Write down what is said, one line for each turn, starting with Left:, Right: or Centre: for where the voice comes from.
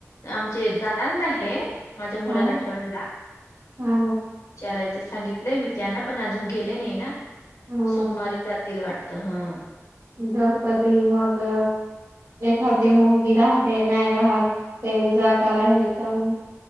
Left: आमचे जाणार ना हे माझ्या मुलाला
Right: हा
Left: ठेवायला.
Right: हा
Left: विचारायचं सांगितलंय मी त्यांना पण अजून गेले नाही ना,
Right: हा
Left: सोमवारी जातील वाटतयं. त हा
Right: जर कधी मग एखादी मुलगी राहते नाय राहत. तेवढी जागा राहिली का मग